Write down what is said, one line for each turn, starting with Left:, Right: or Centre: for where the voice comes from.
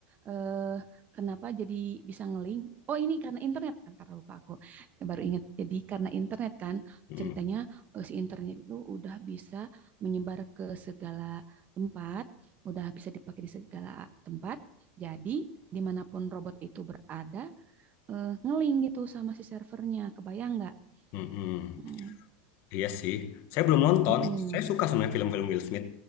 Right: eh, kenapa jadi bisa ngeling. Oh ini karena internet kan, karena lupa aku. Ya, baru ingat. Jadi karena internet kan,
Left: Mm-mm.
Right: ceritanya eh, si internet itu udah bisa menyebar ke segala tempat, udah bisa dipakai di segala tempat. Jadi dimanapun robot itu berada, eh, ngeling gitu sama si servernya. Kebayang nggak?
Left: Mm-mm.
Right: Hmm.
Left: Iya sih. Saya belum nonton.
Right: Mm-mm.
Left: Saya suka sebenarnya film-film Will Smith.